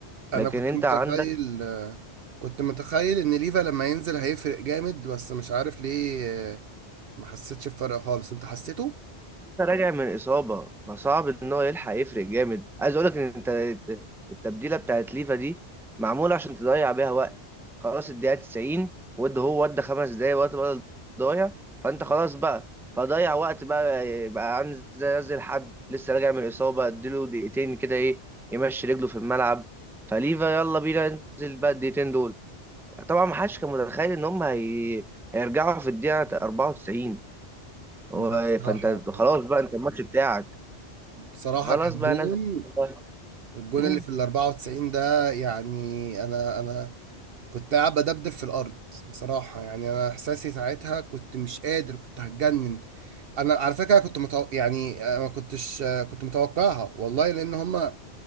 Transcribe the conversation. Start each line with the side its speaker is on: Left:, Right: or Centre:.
Right: انا
Centre: لكن
Right: كنت
Centre: انت
Right: متخيل
Centre: عندك
Right: كنت متخيل ان ليفا لما ينزل هيفرق جامد بس مش عارف ليه آه، ما حسيتش بفرق خالص انت حسيته
Centre: راجع من إصابة فصعب إن هو يلحق يفرق جامد عايز أقولك إن أنت التبديلة بتاعت ليفا دي معمولة عشان تضيع بيها وقت خلاص الدقيقة 90 ود هو ودى خمس دقايق وقت بدل ضايع فأنت خلاص بقى فضيع وقت بقى بقى عايز ينزل حد لسه راجع من الإصابة أديله دقيقتين كده إيه يمشي رجله في الملعب فليفا يلا بينا ننزل بقى الدقيقتين دول طبعا ما حدش كان متخيل إن هم هي... هيرجعوا في الدقيقة 94 هو-
Right: ده بصراحة
Centre: فأنت خلاص بقى أنت الماتش بتاعك
Right: بصراحة
Centre: خلاص
Right: كان
Centre: بقى
Right: جون
Centre: ناس كتير بقى.
Right: الجون
Centre: مم.
Right: اللي في ال 94 ده يعني انا انا كنت قاعد بدبدب في الارض بصراحه يعني انا احساسي ساعتها كنت مش قادر كنت هتجنن انا على فكره كنت متو... يعني آه، ما كنتش آه، كنت متوقعها والله لان هما